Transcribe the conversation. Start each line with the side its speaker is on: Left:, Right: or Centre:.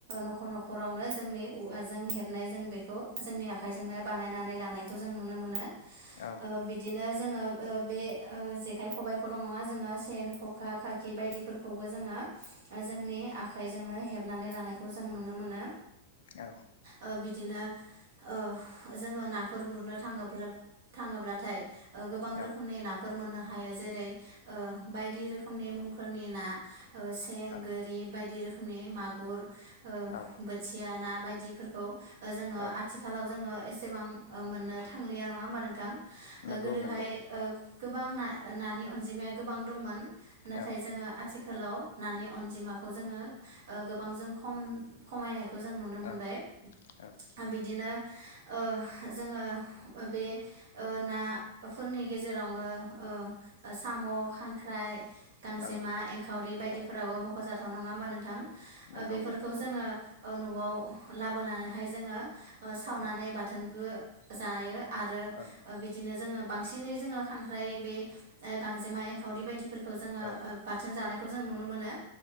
Right: न'खर न'खरावनो जोंनि औवाजों हेबनाय जों बे जोंनि आखाइजोंनो बानायनानै लानायखौ जों नुनो मोनो
Left: औ
Right: ओ बिदिनो जोङो ओ बे ओ जेखाय खब बायखौल' नङा जोङो सेन खखा खाखि बायदिफोरखौबो जोङो जोंनि आखायजोंनो हेबनानै लानायखौ जों नुनो मोनो
Left: औ
Right: ओ बिदिनो ओ जोङो नाफोर गुरनो थाङोब्ला थाङोब्लाथाय गोबां रोखोमनि
Left: औ
Right: नाफोर मोननो हायो। जेरै ओ बायदि रोखोमनि मुंफोरनि ना सें
Left: औ
Right: गोरि बायदि रोखोमनि। मागुर
Left: औ
Right: बोथिया ना बायदि जोङो
Left: औ
Right: आथिखालाव जोङो एसेबां मोननो थांलिया नङा होमबा नोंथां?
Left: नंगौ
Right: गोदोहाय
Left: नंगौ
Right: ओ गोबां ना-नानि अनजिमाया गोबां दंमोन नाथाय
Left: औ
Right: जोङो आथिखालाव नानि अनजिमा जोङो गोबां जों खम-खमायनायखौ जों नुनो
Left: औ
Right: मोनबाय।
Left: औ
Right: आ बिदिनो ओ जोङो बे ओ नाफोरनि गेजेरावनो ओ साम' खांख्राइ गांजेमा
Left: औ
Right: एंखावरि बायदिफोराबो
Left: औ
Right: मख'जाथाव नङा होमबा नोंथां?
Left: नंगौ
Right: ओ बेफोरखौ
Left: नंगौ औ
Right: जोङो ओ न'आव लाबोनानैहाय जोङो ओ सावनानै
Left: औ
Right: बाथोनबो जायो आरो
Left: औ
Right: बिदिनो जोङो बांसिनै जोङो खांख्राइ बे ओ गांजेमा एंखावरि बायदिफोरखौ जोङो
Left: औ
Right: ओ बाथोन जानायखौ जों नुनो मोनो